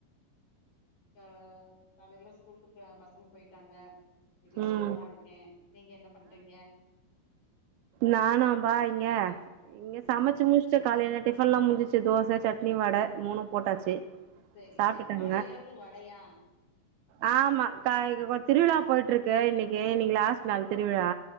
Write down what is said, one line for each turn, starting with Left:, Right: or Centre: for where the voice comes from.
Left: கா காலையில ஸ்கூலுக்கு ப்ப பசங்க பேயிட்டாங்க வீட்ல
Right: ம்
Left: சும்மாதா இருக்கே நீங்க என்ன பண்றீங்க
Right: நானு அம்பா இங்க இங்க
Left: ம்
Right: சமச்சு முடுச் ச்சுட்டு காலையில டிஃபன் எல்லா முடிச்சு தோச சட்னி வட மூணு போட்டாச்சு
Left: சேரி
Right: சாப்ட்டுட்டாங்க
Left: சேரி காலையில இருந்து வடயா
Right: ஆமா காய் ஒ திருவிழா போயிட்டு இருக்கு இன்னக்கி இன்னங்கி லாஸ்ட் நாள் திருவிழா